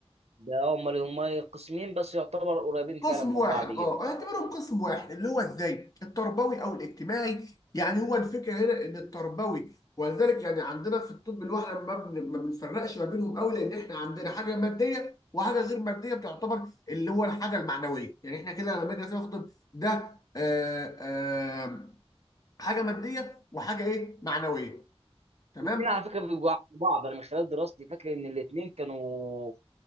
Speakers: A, on the right; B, on the left.
A: ده هم اللي هم قسمين بس يعتبر قريبين
B: قسم
A: فعلا من
B: واحد
A: بعض جدا
B: اه اعتبرهم قسم واحد اللي هو ازاي التربوي او الاجتماعي يعني هو الفكره هنا ان التربوي ولذلك يعني عندنا في الطب اللي هو احنا ما بن- ما بنفرقش ما بينهم قوي لان احنا عندنا حاجه ماديه وحاجه غير ماديه بتعتبر اللي هو الحاجه المعنويه يعني احنا كده لما نيجي ناخد ده آه آه حاجه ماديه وحاجه ايه معنويه تمام
A: الاثنين على فكره بيبقوا عكس بعض انا من خلال دراستي فاكر ان الاثنين كانوا